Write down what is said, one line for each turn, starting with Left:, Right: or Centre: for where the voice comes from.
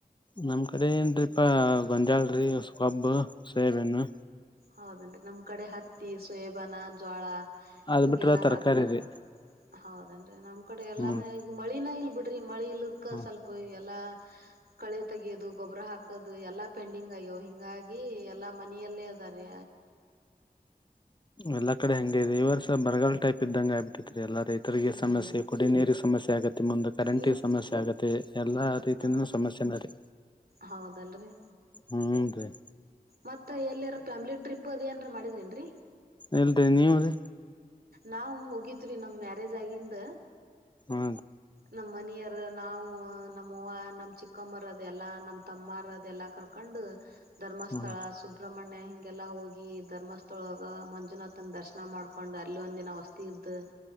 Left: ನಮ್ ಸರಿ ಏನ್ ರೀ ಪ <unintelligible> <unintelligible> ಸೆಬೆಣ್ಣು
Right: ಹೌದನ್್ರರಿ ನಮ್ ಕಡೆ ಹತ್ತಿ ಸೋಯಬಾನ ಜೋಳ
Left: ಅದ್
Right: ಹಿಂಗೆಲ್ಲಾ
Left: ಬಿಟ್ರ ತರಕಾರಿ
Right: ಹಾಕ್ತಾರೆ
Left: ರೀ
Right: ಹೌದು ಅ್ರೆ ನ ಕಡೆ ಎಲ್ಲಾನ
Left: ಹ್ಮ್
Right: ಈಗ ಮಳಿನ ಇಲ್ ಬಿಟ್ಟ ಮಳಿ ಇಲ್ದಕ್ಕ
Left: ಹ್ಮ್
Right: ಸ್ವಲ್ಪ ಈ ಎಲ್ಲ ಕಳಿ ತಗಿಯೋದು ಗೊಬ್ಬರ ಹಾಕದು ಎಲ್ಲಾ ಪೆಂಡಿಂಗ್ ಅಯ್ಯೋ ಹಿಂಗಾಗಿ ಎಲ್ಲಾ ಮನೆಯಲ್ಲೇ ಅದಾರೆ
Left: ಎಲ್ಲಾ ಕಡೆ ಹಂಗೆ ಇದೆ ಇವರ್ಸ ಬರಗಲ್ ಟೈಪ್ ಇದ್ದಂಗೆ ಆಗ್ಬಿತತಿ ಎಲ್ಲಾ ರೈತರಿಗೆ
Right: ಹ್ಮ್
Left: ಸಮಸ್ಯೆ ಕುಡ ನೀರಿಗೆ ಸಮಸ್ಯೆ ಆಗತ್ತೆ ಮುಂದೆ ಕರೆಂಟ್
Right: ನೀನ್
Left: ಸಮಸ್ಯೆ ಆಗತ್ತೆ ಎಲ್ಲಾ ರೀತಿಂದ
Right: ಹ
Left: ಸಮಸ್ಯೆನೀ
Right: ಹೌದಲ್ರಿ
Left: ಹ್ಮ್ ಹ
Right: ಮತ್ತ ಎಲ್ಲಿರ ಫ್ಯಾಮಿಲಿ ಟ್ರಿಪ್ ಅದೇಏನ್ಾರ ಮಾಡಿದ್ರಿನ್ರಿ
Left: ಎಲ್ರಿರಿ ನೀವ ರೀ
Right: ನಾವು ಹೋಗಿದ್ರಿ ನಮ್ಮ ಮ್ಯಾರೇಜ್ ಆಗಿಂದ
Left: ಹ
Right: ನಮ್ಮ್ ಮನಿಯರ ನಾವು ನಮ್ಮವ ನಮ ಚಿಕ್ಕಮ್ಮರ ಅದೆ ಎಲ್ಲಾ ನಮ ತಮ್ಮರ ಅದೆಲ್ಲಾ ಕರ್ಕೊಂಡು ಧರ್ಮಸ್ಥಳ
Left: ಹ್ಮ್
Right: ಸುಬ್ರಹ್ಮಣ್ಯ ಹಿಂಗ ಎಲ್ಲಾ ಹೋಗಿ ಧರ್ಮಸ್ಥಳಳಗ ಮಂಜುನಾಥನ ದರ್ಶನ ಮಾಡ್ಕೊಂಡ ಹಕೊಂಡು ಅಲ್ಲಿ ಒಂದಿನ ವಸ್ತಿ ಇದ್ದು